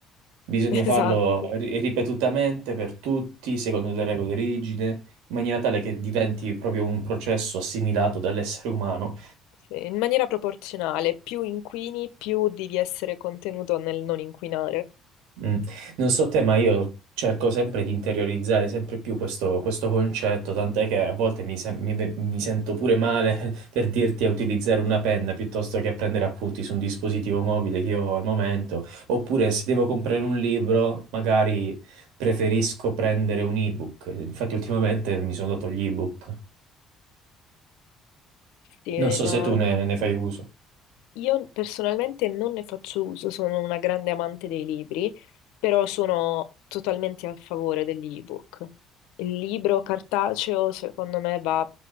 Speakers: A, on the right; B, on the left.
A: bisogna
B: Esatto.
A: farlo ri- ripetutamente per tutti, secondo delle regole rigide, in maniera tale che diventi proprio un processo assimilato dall'essere umano.
B: Sì, In maniera proporzionale, più inquini, più devi essere contenuto nel non inquinare.
A: Mm. Non so te, ma io cerco sempre di interiorizzare sempre più questo, questo concetto, tant'è che a volte mi, sen- mi- mi sento pure male <laughs> per dirti a utilizzare una penna piuttosto che a prendere appunti su un dispositivo mobile che io ho al momento, oppure se devo comprare un libro, magari preferisco prendere un ebook. Infatti ultimamente mi sono dato gli ebook.
B: Sì,
A: Non so
B: no.
A: se tu ne ne fai uso.
B: Io personalmente non ne faccio uso, sono una grande amante dei libri, però sono totalmente a favore dell'ebook. Il libro cartaceo, secondo me, va